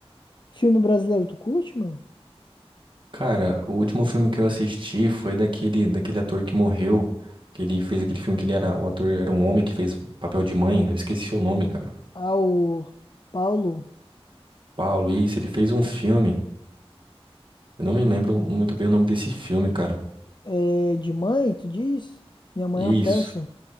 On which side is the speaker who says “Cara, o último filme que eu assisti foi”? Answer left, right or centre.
Right